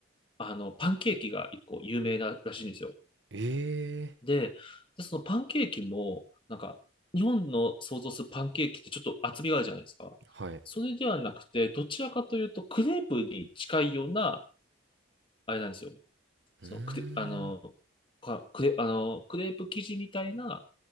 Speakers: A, on the left; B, on the right.
A: あの、パンケーキが1個有名ならしいんですよ。
B: ええ
A: で、でそのパンケーキも、なんか、日本の想像するパンケーキってちょっと厚みがあるじゃないですか。
B: ー、はい。
A: それではなくて、どちらかというと、クレープに近いような、あれなんですよ。
B: うーん。
A: その、クレ、あの、かクレ、あの、クレープ生地みたいな、